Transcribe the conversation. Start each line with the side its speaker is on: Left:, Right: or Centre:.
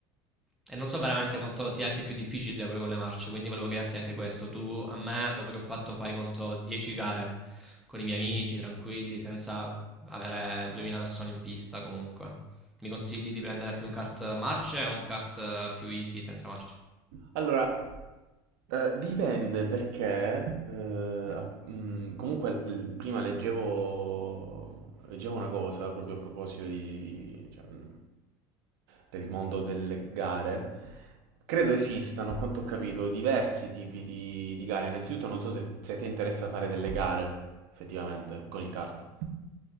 Centre: E non so veramente quanto sia anche più difficile poi con le marce, quindi volevo chiederti anche questo. Tu a me, dopo che ho fatto, fai conto 10 gare con i miei amici, tranquilli, senza avere 2000 persone in pista comunque. Mi consigli di prendere più un kart marce o un kart eh, più easy senza marce?
Right: Allora, eh, dipende perché... eh, a- mm, comunque, l- prima leggevo, leggevo una cosa proprio a proposito di, di- cioè, mm, del mondo delle gare. Credo esistano, a quanto ho capito, diversi tipi di, di gare. Innanzitutto, non so se, se ti interessa fare delle gare, effettivamente, con il kart.